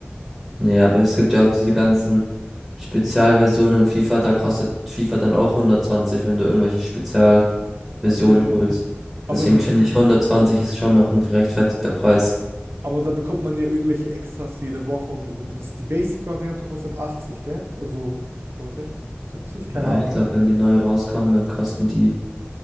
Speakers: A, in the centre; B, on the right.
A: Nee, aber es gibt ja auch diese ganzen Spezialversionen in FIFA. Da kostet FIFA dann auch 120, wenn du irgendwelche Spezialversionen
B: Okay.
A: holst.
B: Aber
A: Deswegen
B: die,
A: finde
B: Mhm.
A: ich, 120 ist schon noch ein gerechtfertigter Preis.
B: aber da bekommt man ja irgendwelche Extras jede Woche und so. Und das, die Basic-Variante kostet 80, gell? Also, oder 60? 70? Keine
A: Ja,
B: Ahnung.
A: ich glaube, wenn die neu rauskommen, dann kosten die